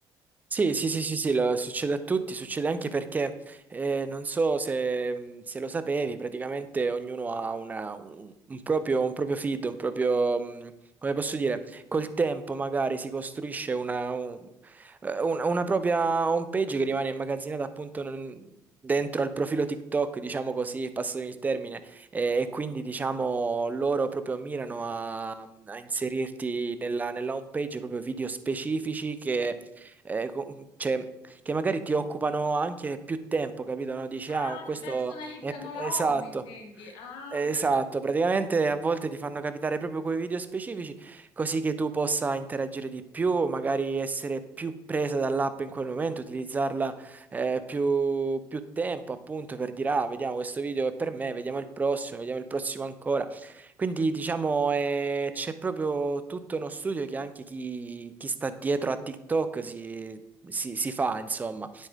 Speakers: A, on the right; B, on the left.
A: Sì, sì, sì, sì, sì, lo- succede a tutti, succede anche perché eh, non so se, mhmm, se lo sapevi, praticamente ognuno ha una- un, un proprio, un proprio feed, un proprio, mh, come posso dire, col tempo magari si costruisce una, un- eh, un- una propria home page che rimane immagazzinata appunto nel- dentro al profilo TikTok, diciamo così, passami il termine, e, e quindi diciamo loro proprio mirano a, a inserirti nella, nella home page proprio video specifici che eh, co- cioè, che magari ti occupano anche più tempo, capito? No? Dici,
B: Ah,
A: ah, questo
B: ti personalizzano
A: è
B: la
A: esatto.
B: home, intendi? Ah,
A: Esatto,
B: ok.
A: praticamente a volte ti fanno capitare proprio quei video specifici così che tu possa interagire di più, magari essere più presa dall'app in quel momento, utilizzarla eh, più, più tempo appunto per dire ah, vediamo questo video è per me, vediamo il prossimo, vediamo il prossimo ancora. Quindi diciamo eh, c'è proprio tutto uno studio che anche chi, chi sta dietro a TikTok si si- si fa, insomma.